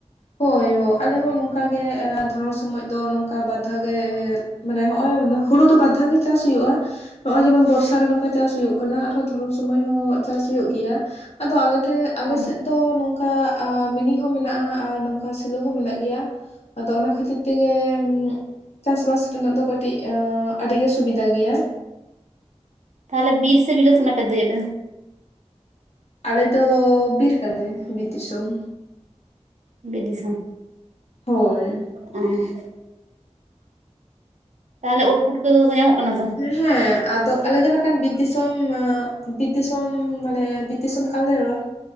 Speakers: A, on the left; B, on the right.
A: ᱦᱳᱭ ᱳ ᱟᱞᱮ ᱦᱚᱸ ᱱᱚᱝᱠᱟ ᱜᱮ ᱫᱷᱚᱨᱚᱱ ᱥᱚᱢᱚᱭ ᱫᱚ ᱱᱚᱝᱠᱟ ᱵᱟᱨ ᱫᱷᱟᱣ ᱜᱮ ᱢᱟᱱᱮ ᱦᱚᱸᱜ-ᱚᱭ ᱦᱩᱲᱩ ᱫᱚ ᱵᱟᱨ ᱫᱷᱟ ᱜᱮ ᱪᱟᱥ ᱦᱩᱭᱩᱜᱼᱟ ᱦᱚᱸᱜᱼᱚᱭ ᱡᱮᱢᱚᱱ ᱵᱚᱨᱥᱟ ᱨᱮ ᱱᱚᱝᱠᱟ ᱪᱟᱥ ᱦᱩᱭᱩᱜ ᱠᱟᱱᱟ ᱟᱨ ᱦᱚᱸ ᱫᱷᱚᱨᱚᱱ ᱥᱚᱢᱚᱭ ᱦᱚᱸ ᱪᱟᱥ ᱦᱩᱭᱩᱜ ᱜᱮᱭᱟ ᱟᱫᱚ ᱟᱞᱮ ᱴᱷᱮ ᱟᱞᱮ
B: ᱚ
A: ᱥᱮᱫ ᱫᱚ ᱱᱚᱝᱠᱟ ᱟ ᱢᱤᱱᱤ ᱦᱚᱸ ᱢᱮᱱᱟᱜᱼᱟ ᱟᱨ ᱱᱚᱝᱠᱟ ᱥᱮᱞᱳ ᱦᱚᱸ ᱢᱮᱱᱟᱜ ᱜᱮᱭᱟ ᱟᱫᱚ ᱚᱱᱟ ᱠᱷᱟᱹᱛᱤᱨ ᱛᱮ ᱜᱮ ᱪᱟᱥ ᱵᱟᱥ ᱨᱮᱱᱟᱜ ᱫᱚ ᱠᱟᱹᱴᱤᱡ ᱟᱹᱰᱤ ᱜᱮ ᱥᱩᱵᱤᱫᱷᱟ ᱜᱮᱭᱟ
B: ᱛᱟᱦᱞᱮ ᱵᱤᱨ ᱥᱮ ᱵᱤᱞᱟᱹᱛ ᱠᱟᱱᱟ ᱯᱮ ᱫᱟᱹᱭ ᱟᱯᱮ
A: ᱟᱞᱮ ᱫᱚ ᱵᱤᱨ ᱠᱟᱱᱮ ᱵᱤᱨ ᱫᱤᱥᱚᱢ
B: ᱵᱤᱨ ᱫᱤᱥᱚᱢ
A: ᱦᱳᱭ
B: ᱚᱸ ᱛᱟᱦᱞᱮ ᱩᱫ ᱯᱩᱴᱠᱟᱹ ᱫᱚ ᱠᱚ ᱧᱟᱢᱚᱜ ᱠᱟᱱᱟ ᱛᱚ
A: ᱦᱮᱸ ᱟᱫᱚ ᱟᱞᱮ ᱫᱚ ᱱᱟᱜ ᱠᱟᱱ ᱵᱤᱨ ᱫᱤᱥᱚᱢ ᱵᱤᱨ ᱫᱤᱥᱚᱢ ᱢᱟᱱᱮ ᱫᱤᱥᱚᱢ ᱠᱟᱱ ᱨᱮᱦᱚᱸ ᱞᱮ